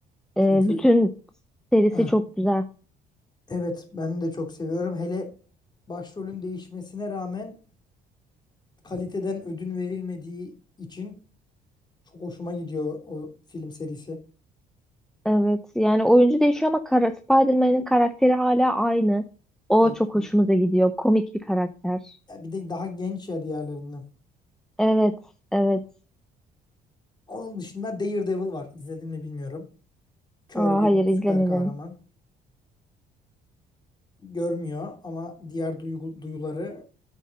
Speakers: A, in the centre; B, on the left.
A: Ee,
B: Çünkü
A: bütün serisi
B: heh,
A: çok güzel.
B: evet ben de çok seviyorum. Hele başrolün değişmesine rağmen kaliteden ödün verilmediği için çok hoşuma gidiyor o film serisi.
A: Evet yani oyuncu değişiyor ama kara, Spider-Man'in karakteri hala aynı. O
B: Evet
A: çok
B: evet.
A: hoşumuza gidiyor. Komik bir karakter.
B: Ya bir de daha genç ya diğerlerinden.
A: Evet, evet.
B: Onun dışında Daredevil var. İzledin mi bilmiyorum. Kör
A: Aa,
B: bir
A: hayır
B: süper
A: izlemedim.
B: kahraman. Görmüyor ama diğer duygu- duyuları